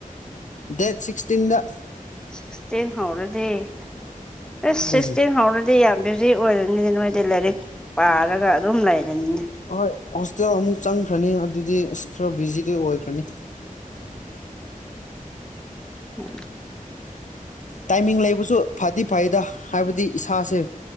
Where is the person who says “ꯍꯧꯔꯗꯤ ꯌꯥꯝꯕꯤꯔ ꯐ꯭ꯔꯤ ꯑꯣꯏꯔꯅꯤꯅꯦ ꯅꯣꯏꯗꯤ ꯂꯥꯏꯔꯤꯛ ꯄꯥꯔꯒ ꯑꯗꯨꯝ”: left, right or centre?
Centre